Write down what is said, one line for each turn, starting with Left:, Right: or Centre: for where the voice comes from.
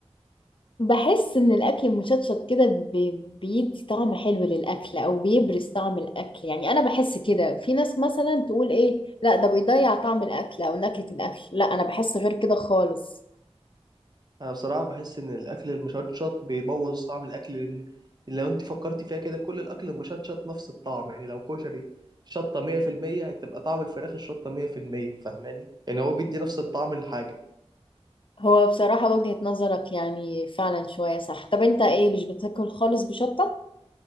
Left: بحس ان الاكل المشطشط كده بي- بيدي طعم حلو للاكل او بيبرز طعم الاكل يعني انا بحس كده في ناس مثلا تقول ايه لا ده بيضيع طعم الاكل او نكهة الاكل لا انا بحس غير كده خالص
Right: انا بصراحة بحس ان الاكل المشطشط بيبوظ طعم الاكل لان لو انت فكرتي فيها كده كل الاكل المشطشط نفس الطعم يعني لو كشري شطة 100% هتبقى طعم الفراخ الشطة 100% فاهماني يعني هو بيدي نفس الطعم للحاجة
Left: هو بصراحة وجهة نظرك يعني فعلا شوية صح طب انت ايه مش بتاكل خالص بشطة